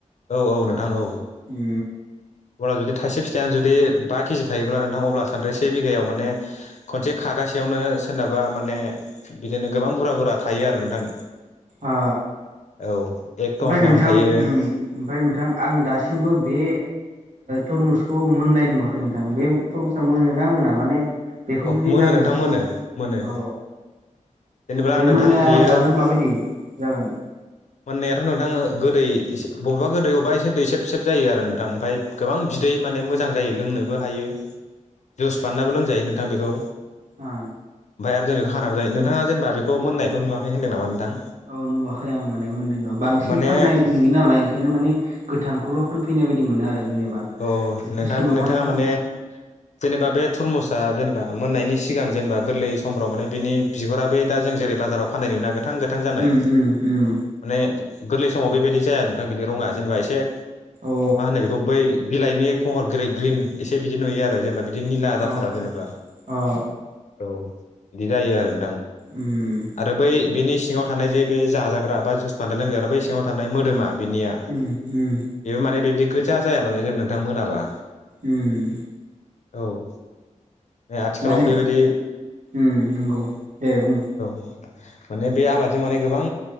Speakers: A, on the left; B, on the right.
A: औ औ नोंथां औ
B: ए
A: अब्ला जुदि थायसे फिथायानो बा केजि थायोब्ला नोंथां अब्ला सानदो से बिघायाव माने खनसे खागासेयावनो नोङो सोरनाबा माने बिदिनो गोबां बुरजा बुरजा थायो आरो नोंथां
B: आ‌
A: औ एक टन
B: ओमफ्राय
A: गाहाम
B: नोंथां
A: थायो
B: उम ओमफ्राय नोंथां आं दासिमबो बे थरमुसखौ मोननाय नुवाखै नोंथां बे थरमुसा मोनो ना मोना माने बेखौ
A: अ
B: जुदि
A: मोनो
B: नांगौ
A: नोंथां
B: समाव
A: मोनो मोनो
B: औ
A: जेनेबा
B: बे
A: नोंथां
B: मोननाया
A: बेयो
B: जानो माबायदि जागोन
A: मोननायाथ' नोंथां गोदै बबेावबा गोदै बबेबा एसे दैसेब सेब जायो आरो नोंथां ओमफ्राय गोबां बि दै माने मोजां जायो लोंनोबो हायो जुस बाननाबो लोंजायो नोंथां बेखौ
B: हा
A: ओमफ्राय आरो हानाबो जायो नोंथांङा जेनबा बेखौ मोननायखौ नुवाखै होनदों नाोंथां
B: औ नुवाखै आं माने मोननाय नुवाखै बांसिन
A: माने
B: फाननाय नुयो नालाय ओंखायनो माने गोथां गल' फानफैनाय बायदि मोनो आरो जेनेबा
A: औ
B: बेखौ
A: नोंथां
B: सिङावहायथ'
A: नोंथाङा माने जेनेबा बे थुरमुस दा जेनेबा मोननायनि सिगां जेनेबा गोरलै समफ्राव माने बिनि बिगुराबो दा जों जेरै बाजाराव फाननाय नुयो ना गो गोथां गोथां जानाय
B: उम उम उम
A: माने गोरलै समाव बेबायदि जाया नोंथां बिनि रङा जेनेबा एसे
B: अ
A: मा होनो बेखौ बै लाइनि खहर गै ग्रिन एसे बिदि नुयो आरो जेनेबा बिदि निला जाथारा
B: अ
A: जेनेबा
B: अ
A: औ बिदि जायो आरो नोंथां
B: उम
A: आरो बै बिनि सिङाव थानाय जे बे जाजाग्रा बा जुस बान्दा लोंजाग्रा बै सिङाव थानाय मोदोमा बिनिया
B: उम उम
A: बेबो माने बिबदि गोजा जाया माने जे नोंथां मोनाब्ला
B: उम
A: औ आथिखालाव
B: माने
A: बेबायदि
B: उम नंगौ दे बुं
A: औ माने बे आबादजों माने गोबां